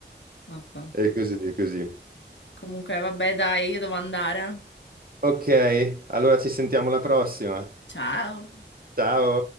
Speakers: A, on the left; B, on the right.
A: Vabbè.
B: E così, e così.
A: Comunque, vabbè, dai, io devo andare.
B: Ok, allora ci sentiamo alla prossima.
A: Ciao.
B: Ciao.